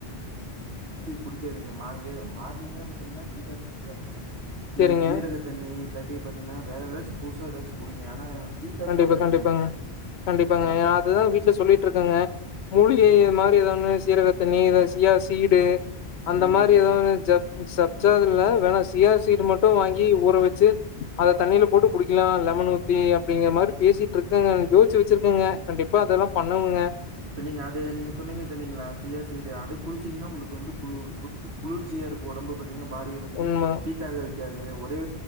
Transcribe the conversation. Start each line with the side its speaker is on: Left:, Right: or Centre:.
Right: குடிக்காதிங்க மா ஏ மார்னிங்கே பாத்தீங்னா டீ காஃபி குடிக்காம
Left: சேரிங்க
Right: ந்த ஜீரக தண்ணி இல்லாட்டி டீ பாத்தீனா வேற எதாச்சு புதுசா எதாச்சு குடிங்க ஆனா டீ, காஃபி
Left: கண்டிப்பா
Right: அவாய்ட்
Left: கண்டிப்பாங்க
Right: பண்ணிருங்க.
Left: கண்டிப்பாங்க ஏ அதுதா வீட் ட்ல சொல்லிட்ருக்கங்க மூலிகை மாரி எதா ஒன்னு சீரக தண்ணி சியா சீடு அந்த
Right: ம்.
Left: மாரி எதாது ஒன்னு ஜப் சப் ஜாதுல வேணா சியா சீடு மட்டு வாங்கி ஊற வச்சி அத தண்ணில போட்டு குடிக்கலா லெமன் ஊத்தி அப்டிங்க மாரி பேசிட்ருக்கங்க யோசிச்சி வச்சிருக்கங்க கண்டிப்பா அதெல்லா பண்ணவங்க
Right: இப்ப நீங்க அது நீங்க சொன்னீங்க தண்ணி ங்ளா சியா சீடு அது குடிச்சீங்னா உங்குளுக்கு வந்து குளு கு குளிர்ச்சியாருக்கு ஒடம்ப பத் திங்னா பாடிய பாத்தீங்னா
Left: உண்ம
Right: ஹீட்டாகாது க்காது ஒரே